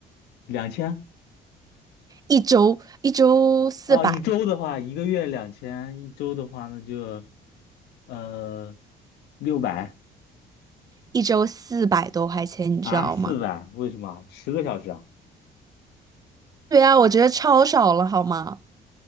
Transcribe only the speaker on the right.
一周一周四百，
一周四百多块钱，你知道吗？
对呀，我觉得超少了，好吗？